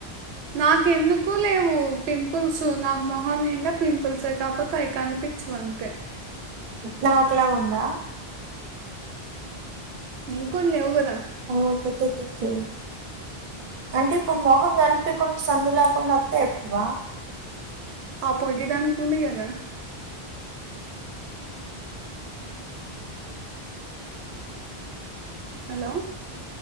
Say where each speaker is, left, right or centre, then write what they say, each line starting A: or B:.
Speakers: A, on the right; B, on the right.
A: నాకెందుకు లేవు పింపుల్స్ సో నాకు మొహం నిండా పింపుల్సే కాకపోతే అవి కనిపించవు అంతే
B: నాక్ల ఉందా
A: నింకూడా లేవుకదా
B: ఓకె తు తు తు అంటే ఇప్పుడు మొహం కనిపకుండా సందు లేకుండా వత్తా ఎక్కువ
A: ఆపోటి దానికికుంది కదా హలో